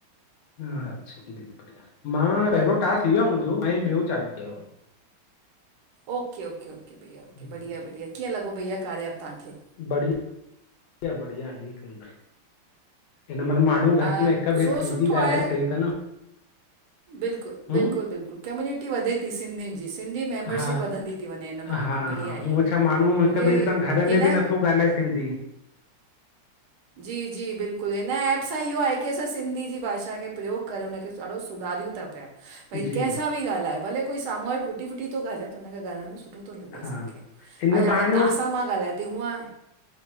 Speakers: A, on the left; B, on the right.
A: हा अच्छा बढ़िया मां पहिरियों टास्क थी वियो आ मुंहिंजो मां हे ॿियो चालू कयो आ।
B: ओके ओके ओके भैया
A: आहे।
B: ओके
A: हम्म,
B: बढ़िया बढ़िया, किंअं लॻो भैया कार्य एप त्हांखे?
A: बढि या बढ़िया हे <unintelligible> मां माण्हू घटि
B: आ,
A: में हिक ॿिए
B: थोरो
A: सिंधी
B: सुठो
A: ॻाल्हायो
B: आहे
A: सही थां न
B: बिल्कुलु
A: हम्म,
B: बिल्कुलु बिल्कुलु कम्यूनिटी वधे थी सिंधियुनि जी सिंधी मेंबरशिप
A: हा
B: वधंदी थी वञे हिन
A: हा
B: बहाने बढ़िया
A: हा,
B: आहे
A: हूअं
B: इहो बि
A: छा माण्हू हिक
B: मूंखे
A: ॿिए सां घर
B: हिन
A: में बि नथो ॻाल्हाए सिंधी,
B: जी जी बिल्कुलु हिन ऐप सां इहो आहे की असां सिंधी जी भाषा खे प्रयोग करे हुनखे ॾाढो सुधारियूं था पिया। भई
A: जी
B: कंहिंसां बि ॻाल्हाए भले कोई साम्हूं वारो टुटी फुटी तो ॻाल्हाए त हुनखे ॻाल्हण सुठो तो लॻे
A: हा,
B: असांखे अॼु
A: हिन बहाने
B: हाणे तहांसां
A: उहो
B: मां ॻाल्हाए थी हूअं